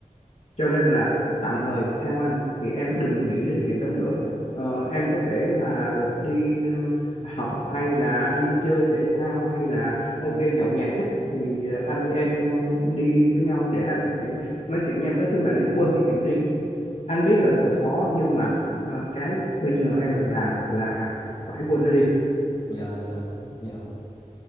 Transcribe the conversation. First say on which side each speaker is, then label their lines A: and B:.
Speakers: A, on the left; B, on the left.
A: cho nên là tạm thời theo anh thì em đừng nghĩ đến chuyện đó nữa ờ, em có thể là đi ờ, học hay là đi chơi thể thao hay là ok nhậu nhẹt thích thì ờ, anh với em ờ, đi với nhau để anh có thể nói chuyện với em nói chung là để quên cái chuyện đó đi anh biết là rất là khó nhưng mà ờ, cái bây giờ em cần làm là phải quên nó đi
B: dạ dạ dạ